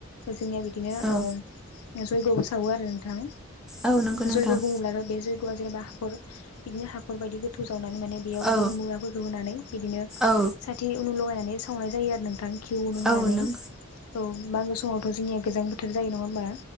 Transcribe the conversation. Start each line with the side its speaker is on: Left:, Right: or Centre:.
Left: जोंनिया बिदिनो
Centre: औ
Left: ओ जयग'बो सावो आरो नोंथां।
Centre: औ नंगौ नोंथां
Left: जयग' बुङोब्लानो बे जयग'आ जेनेबा हाखर बिदिनो हाखर बायदि गोथौ जावनानै माने बेयाव
Centre: औ
Left: बन मुराफोरखौ होनानै बिदिनो
Centre: औ
Left: साथि उनु लगायनानै सावनाय जायो आरो नोंथां। घिउ लुहोनानै
Centre: औ नों
Left: औ मागो समावथ' जोंनिया गोजां बोथोर जायो नङा होमबा?